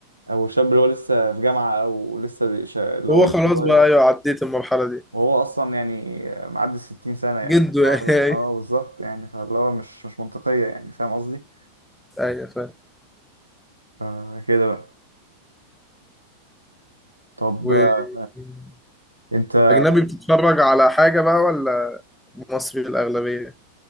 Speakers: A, on the right (about 80°); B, in the centre.
A: أو الشاب اللي هو لسه في جامعة أو لسه بي- ش- اللي
B: هو
A: هو لسه
B: خلاص
A: صغير
B: بقى أيوة عديت المرحلة دي
A: وهو أصلا يعني معدي الستين سنة يعني
B: جده
A: فالحوار-
B: يعني
A: اه بالظبط يعني فاللي هو مش مش منطقية يعني فاهم قصدي؟
B: <laughs> ايوه فاهم
A: فكده بقى طب
B: واجنبي
A: آه، أنت
B: بتتفرج على حاجه بقى ولا مصري الاغلبيه